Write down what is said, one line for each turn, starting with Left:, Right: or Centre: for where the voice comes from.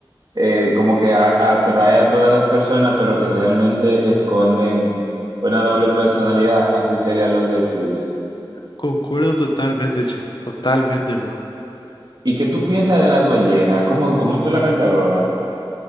Right: eh, como que a- atrae a todas las personas, pero que realmente esconden una doble personalidad, así serían los delfines.
Left: Concuerdo totalmente, che, totalmente, luego.
Right: ¿Y qué tú piensas de las ballenas? ¿Cómo, cómo tú la catalogas?